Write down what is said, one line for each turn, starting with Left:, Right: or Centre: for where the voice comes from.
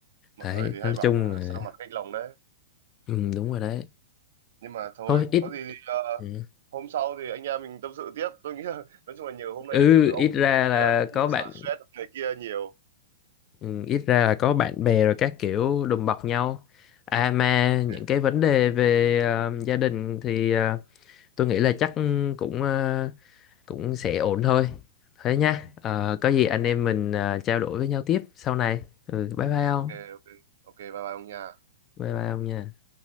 Right: mọi
Left: đấy
Right: người thì hay
Left: nói
Right: bảo
Left: chung
Right: là
Left: là
Right: xa mặt cách lòng đấy
Left: ừ, đúng rồi đấy
Right: nhưng mà thôi
Left: thôi ít
Right: có gì thì ờ,
Left: ừ,
Right: hôm sau thì anh em mình tâm sự tiếp tôi nghĩ là <laughs> nói chung là nhiều hôm nay
Left: ừ,
Right: nói chuyện với ông
Left: ít ra là
Right: thế là cũng
Left: có bạn
Right: xả stress này kia nhiều
Left: ừ, ít ra là có bạn bè rồi các kiểu đùm bọc nhau à mà
Right: ok
Left: những cái vấn đề về ờ, gia đình thì ờ, tôi nghĩ là chắc cũng ờ, cũng sẽ ổn thôi thế nha Ờ, có gì
Right: ok
Left: anh em mình ờ, trao đổi với nhau tiếp sau này ừ, bye bye ông
Right: ok ok ok bye bye ông nha
Left: bye bye ông nha